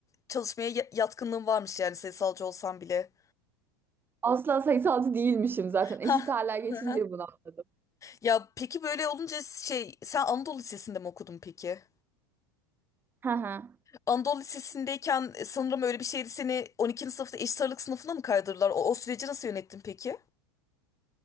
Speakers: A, on the left; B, on the right.
A: çalışmaya ya- yatkınlığın varmış yani sayısalcı olsan bile.
B: Asla sayısalcı değilmişim zaten. Eşit
A: Ha.
B: ağırlığa
A: Hı
B: geçince
A: hı.
B: bunu anladım.
A: Ya peki böyle olunca şey sen Anadolu Lisesi'nde mi okudun peki?
B: Hı hı.
A: Anadolu Lisesi'ndeyken e, sanırım öyle bir şeydi seni 12. sınıfta eşit ağırlık sınıfına mı kaydırdılar? O, o süreci nasıl yönettin peki?